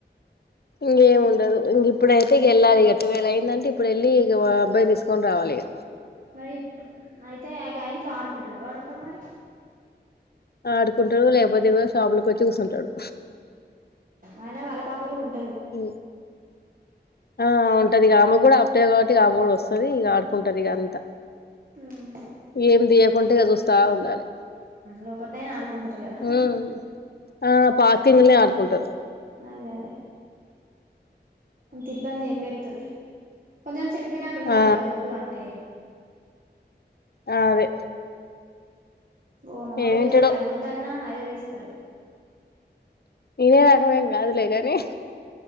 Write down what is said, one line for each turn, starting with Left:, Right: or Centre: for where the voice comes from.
Left: ఇంకేం ఉండదు ఇంక ఇప్పుడైతే గెళ్ళాలిగా ట్వెల్వ్ అయి ఏంటంటే ఇప్పుడు వెళ్ళ ఇక అబ్బాయి తీసుకొని రావాలి ఇగ
Right: మరి అయితే ఇగా ఇంట్ల ఆడుకుంటడా వాడొక్కడు మరి
Left: ఆడుకుంటడు లేకపోతే ఇగో షాపులోకి వచ్చి కూసుంటడు
Right: అయిన వాళ్ళ పాప కూడా ఉంటా
Left: ఉ ఆ ఉంటది ఇక ఆమె కూడా హాఫ్డేనే కాబట్టి ఇక ఆమె కూడా వస్తది ఇక ఆడుకుంటది ఇక అంతా
Right: ఉమ్
Left: ఏం తీయకుంట ఇగ చూస్తా ఉండాలి
Right: లోపట్నయిన ఆడుకుంటరు కదా
Left: ఉమ్ ఆ పార్కింగ్లనే ఆడుకుంటరు
Right: అదే అదే అంత ఇబ్బంది ఏం పెట్టడులే కొంచెం చెప్పినా వింటడు
Left: ఆ
Right: కదా వద్దు అంటే
Left: ఆ అదే
Right: ఓ అమ్మ మా
Left: ఏం
Right: పిల్లలు
Left: వింటాడో
Right: అట్లా కాదు వద్దన్న అదే తీస్తారు
Left: వినేరకమేం కాదులే కాని